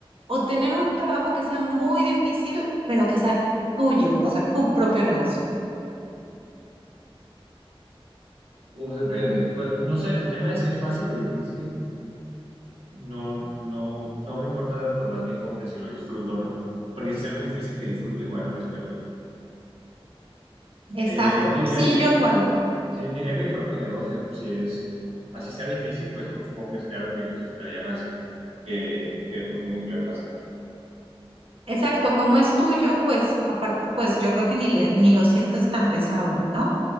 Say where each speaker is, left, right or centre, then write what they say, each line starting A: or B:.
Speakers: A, on the right; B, on the right.
A: o tener un trabajo que sea muy difícil, pero que sea tuyo, o sea, tu propio negocio.
B: Uf, depende. Pues no sé, el tema de si es fácil o difícil, no, no, no me importa tanto, más bien como que si lo disfruto o no. Porque si es algo difícil que disfruto, igual pues me gusta.
A: Exacto.
B: Eh, diría
A: Sí,
B: que,
A: yo igual, ¿eh?
B: sí, diría que mi propio negocio, si es así sea difícil, pues supongo que sería algo que yo disfrutaría más que, que de pronto un empleo fácil.
A: Exacto, como es tuyo, pues aparte, pues yo creo que ni le, ni lo sientes tan pesado, ¿no?